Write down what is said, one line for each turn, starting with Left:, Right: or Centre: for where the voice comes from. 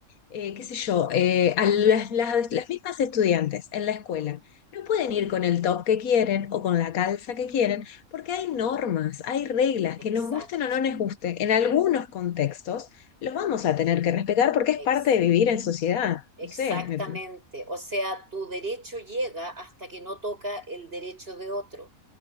Left: eh, qué sé yo, eh, a las, las, las mismas estudiantes en la escuela. No pueden ir con el top que quieren o con la calza que quieren, porque hay normas, hay reglas
Right: exacto,
Left: que nos gusten o no nos gusten. En algunos contextos los vamos a tener que respetar porque
Right: ex-
Left: es parte de vivir en sociedad.
Right: exactamente.
Left: No sé. me-
Right: O sea, tu derecho llega hasta que no toca el derecho de otro.